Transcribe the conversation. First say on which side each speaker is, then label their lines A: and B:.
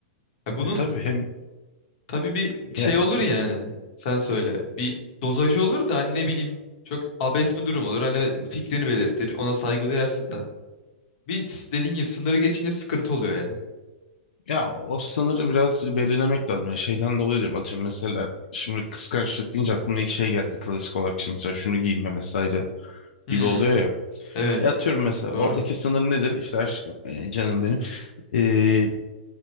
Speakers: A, on the left; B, on the left.
A: Ya bunun
B: Ya tabii hem
A: tabii bir şey
B: yani
A: olur yani. Sen söyle. Bir dozajı olur da hani ne bileyim. Çok abes bir durum olur. Hani fikrini belirtir. Ona saygı duyarsın da. Bir s- dediğin gibi sınırı geçince sıkıntı oluyor ya.
B: ya o sınırı biraz belirlemek lazım. Yani şeyden dolayı diyorum atıyorum mesela şimdi kıskançlık deyince aklıma ilk şey geldi klasik olarak şimdi mesela şunu giyme vesaire.
A: Hmm,
B: gibi oluyor ya.
A: evet.
B: Ya atıyorum mesela
A: Doğru.
B: oradaki sınır nedir? İşte aşkım, e, canım benim. E,